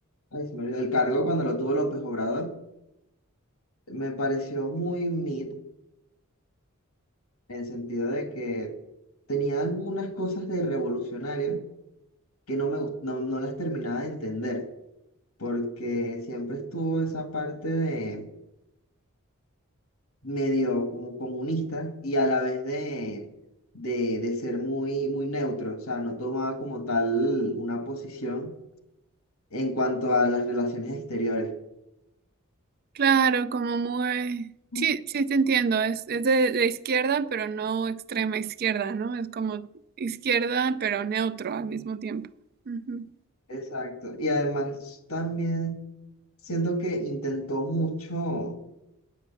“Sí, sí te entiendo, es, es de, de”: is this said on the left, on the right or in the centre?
Right